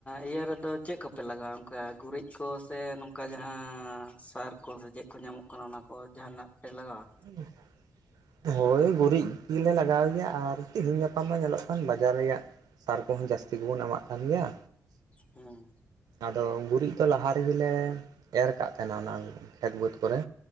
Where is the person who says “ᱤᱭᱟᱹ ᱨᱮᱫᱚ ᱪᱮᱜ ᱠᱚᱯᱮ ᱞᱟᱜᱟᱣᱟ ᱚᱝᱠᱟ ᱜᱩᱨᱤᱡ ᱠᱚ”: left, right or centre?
Left